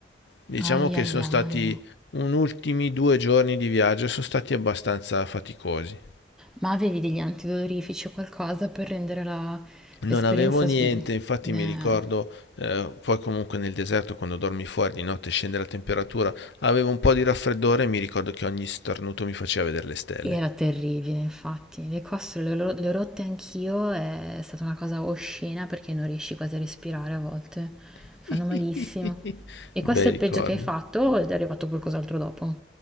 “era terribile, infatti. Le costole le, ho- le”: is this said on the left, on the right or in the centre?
Centre